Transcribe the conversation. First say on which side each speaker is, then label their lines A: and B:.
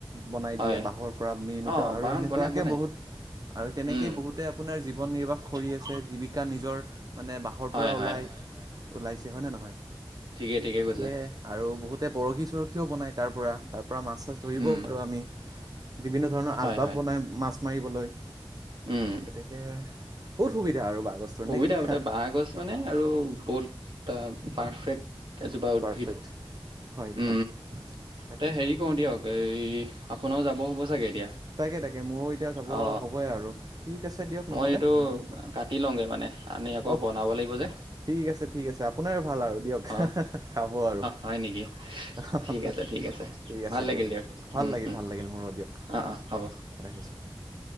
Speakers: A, on the right (about 45°); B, on the right (about 65°).
A: বনাই
B: হয়
A: দিয়ে বাঁহৰ পৰা নিৰ্মিত
B: অ
A: আৰু
B: বাহন
A: সেনেকুৱাকে
B: বনাই বনাই
A: বহুত আৰু তেনেকেই
B: উম
A: বহুতে আ আপোনাৰ জীৱন নিৰ্বাহ কৰি আছে। জীৱিকা নিজৰ মানে বাঁহৰ
B: হয়
A: পৰা
B: হয়
A: ওলায়। ওলাইছে হয়নে নহয়?
B: ঠিকে ঠিকেই ক
A: কে আৰু বহুতে বৰশী চৰশীও বনায় তাৰপৰা। তাৰ পৰা মাছ চাছ ধৰিবও
B: উম
A: পাৰু আমি বিভিন্ন ধৰণৰ
B: হয়
A: আচবাব
B: হয়
A: বনাই মাছ মাৰিবলৈ।
B: উম
A: গতিকে বহুত সুবিধা আৰু বাঁহ গছটোৰ
B: সুবিধা
A: নে কি।
B: বাঁহ গছ মানে আৰু বহুত তা পাৰফেক্ট। এজোপা উদ্ভিদ,
A: পাৰফেক্ট হয়
B: উ
A: হয় তাকে
B: তে হেৰি কওঁ দিয়ক এই আপোনাৰও যাব'ৰ হব চাগে এতিয়া
A: তাকে তাকে, মোৰো এতিয়া যাব
B: অ
A: হ'বই আৰু। ঠিক আছে দিয়ক
B: মই
A: নহ'লে
B: এইটো
A: আমি
B: কাটি লওগে মানে আনি আকৌ
A: অহ
B: বনাব লাগিব যে।
A: ঠিক আছে, ঠিক আছে আপোনাৰে ভাল আৰু। দিয়ক
B: অ
A: হা হা খাব আৰু,
B: হয় নেকি
A: হ
B: ঠিক
A: হ
B: আছে ঠিক আছে
A: ঠিক আছে
B: ভাল লাগিল
A: দিয়ক। ভাল
B: উম
A: লাগিল,
B: উম
A: ভাল লাগিল মোৰো দিয়ক
B: অ
A: হয়
B: অ হ'ব
A: ৰাখিছো।